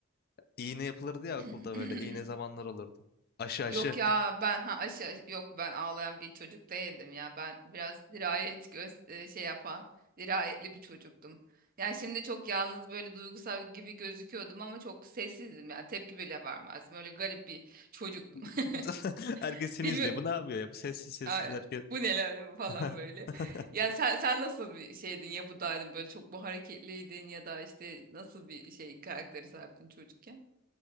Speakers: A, on the left; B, on the right.
A: İğne yapılırdı ya
B: <clears throat>
A: okulda böyle. İğne zamanlar olurdu. Aşı aşı.
B: Yok ya ben ha aşı yok ben ağlayan bir çocuk değildim ya. Ben biraz dirayet göz e, şey yapan, dirayetli bir çocuktum. Yani şimdi çok yalnız böyle duygusal gibi gözüküyordum ama çok sessizdim ya. Tepki bile vermezdim. Öyle garip bir çocuktum.
A: <laughs> <laughs> Herkes
B: <laughs>
A: seni
B: Bilmiyorum.
A: izliyor. Bu ne yapıyor ya? Bu sessiz sessiz
B: Ay,
A: herkes.
B: bu neler falan
A: <laughs>
B: böyle. yani sen sen nasıl bir şeydin, yapıdaydın böyle çok mu hareketliydin ya da işte nasıl bir şey karakteri sahiptin çocukken?